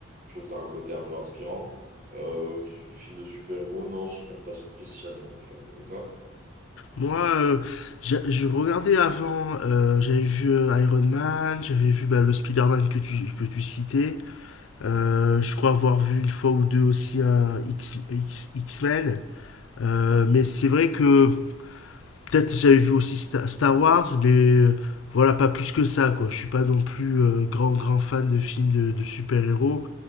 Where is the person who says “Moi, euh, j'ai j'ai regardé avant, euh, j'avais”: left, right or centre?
Left